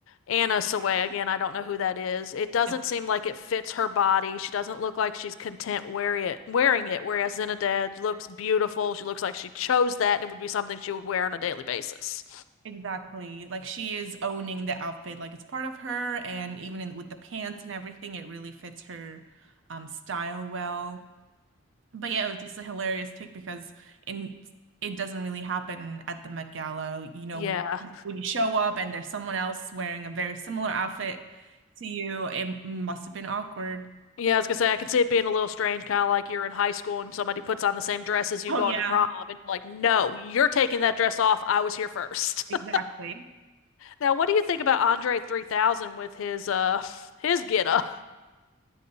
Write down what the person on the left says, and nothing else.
Anna Sawai again, I don't know who that is. It doesn't
seem like it fits her body. She doesn't look like she's content wearing it, wearing it, whereas Zinedad looks beautiful. She looks like she chose that and it would be something she would wear on a daily basis.
Yeah.
Yeah, I was gonna say I can see it being a little strange, kind of like you're in high school and somebody puts on the same dress as you
going
to prom, and you're like, no, you're taking that dress off. I was here first.
<laughs> Now, what do you think about Andre 3000 with his uh his get up,